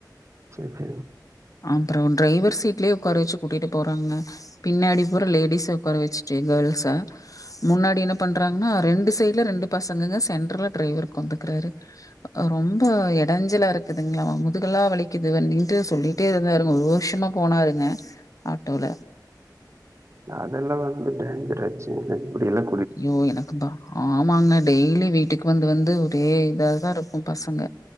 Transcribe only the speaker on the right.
செரி செரி
அதெல்லா வந்து டேஞ்ஜராச்சே எனக் புரில